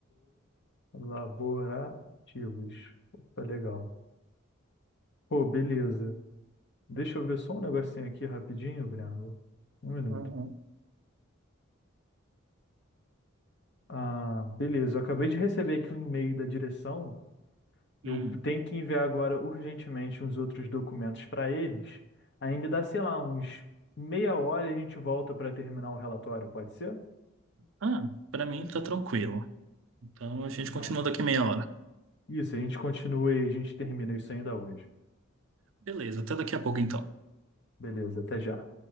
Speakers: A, on the left; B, on the right.
A: colaborativos. Opa, legal. Pô, beleza. Deixa eu ver só um negocinho aqui rapidinho, Breno. Um minuto.
B: Aham.
A: Ah, beleza, eu acabei de receber aqui um e-mail da direção
B: Hum.
A: Eu tenho que enviar agora urgentemente uns outros documentos para eles. Aí me dá, sei lá, uns meia hora e a gente volta para terminar o relatório, pode ser?
B: Ah, para mim tá tranquilo. Então a gente
A: Não.
B: continua daqui meia hora.
A: Isso, a gente continua e a gente termina isso ainda hoje.
B: Beleza, até daqui a pouco então.
A: Beleza, até já.